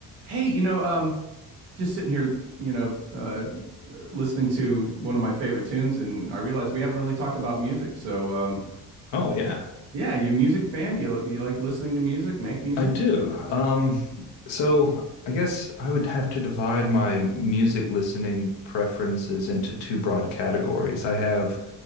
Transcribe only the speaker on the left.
Oh yeah,
I do. Um, so I guess I would have to divide my music listening preferences into two broad categories. I have